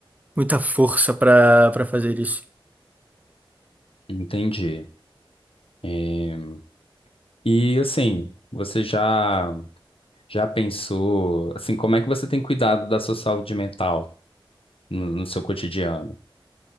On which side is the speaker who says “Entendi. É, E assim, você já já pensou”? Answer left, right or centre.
Left